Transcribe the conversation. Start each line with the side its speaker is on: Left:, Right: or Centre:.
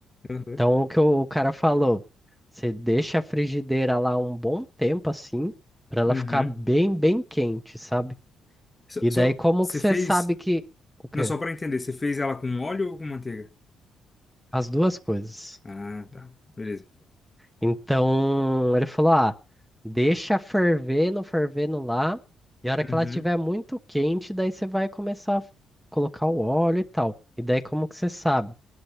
Left: Uhum.
Centre: Então, o que o, o cara falou, você deixa a frigideira lá um bom tempo assim, para ela
Left: Uhum.
Centre: ficar bem, bem quente, sabe?
Left: Só,
Centre: E
Left: só-
Centre: daí como
Left: você
Centre: que você
Left: fez,
Centre: sabe que o quê?
Left: não, só pra entender, você fez ela com óleo ou com manteiga?
Centre: As duas coisas.
Left: Ah, tá. Beleza.
Centre: Então, ele falou: "Ah, deixa fervendo, fervendo lá, e a hora
Left: Uhum,
Centre: que ela estiver muito quente, daí você vai começar a colocar o óleo e tal. E daí como que você sabe?